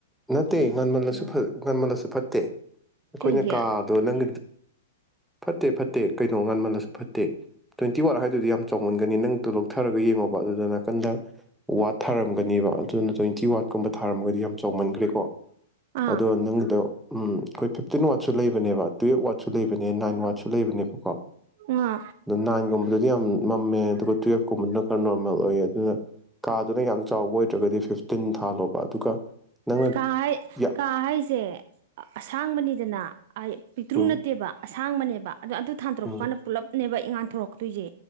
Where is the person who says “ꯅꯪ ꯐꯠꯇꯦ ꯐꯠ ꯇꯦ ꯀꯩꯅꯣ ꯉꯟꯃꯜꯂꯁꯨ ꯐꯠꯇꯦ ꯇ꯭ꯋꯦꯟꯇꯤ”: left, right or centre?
Centre